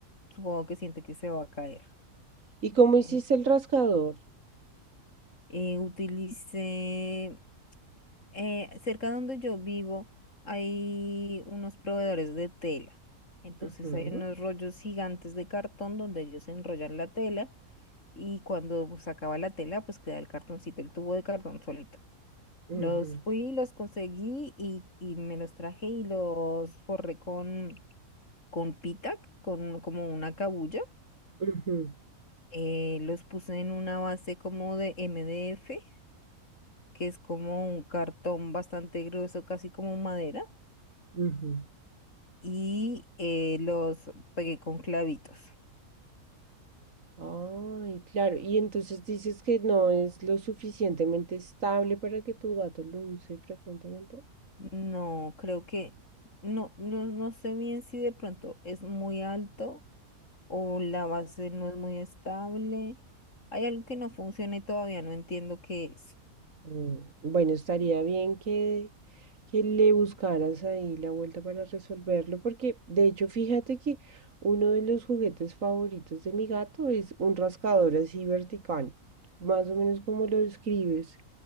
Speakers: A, on the left; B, on the right.
A: supongo que siente que se va a caer.
B: ¿Y cómo hiciste
A: En-
B: el rascador?
A: eh, utilicé eh, cerca donde yo vivo hay unos proveedores de tela. Entonces
B: Ujú,
A: hay unos rollos gigantes de cartón donde ellos enrollan la tela y cuando pues, se acaba la tela, pues queda el cartoncito, el tubo de cartón solito.
B: ujú,
A: Los fui, los conseguí y, y me los traje y los forré con, con pita, con como una cabulla.
B: ujú,
A: Eh, los puse en una base como de MDF, que es como un cartón bastante grueso, casi como madera
B: ujú.
A: y eh, los pegué con clavitos.
B: Ay, claro. Y entonces dices que no es lo suficientemente estable para que tu gato lo use frecuentemente.
A: No, creo que no, no, no sé bien si de pronto es muy alto o la base no es muy estable. Hay algo que no funciona y todavía no entiendo qué es.
B: Mm, Bueno, estaría bien que, que le buscaras ahí la vuelta para resolverlo, porque de hecho, fíjate que uno de los juguetes favoritos de mi gato es un rascador así vertical, más o menos como lo describes.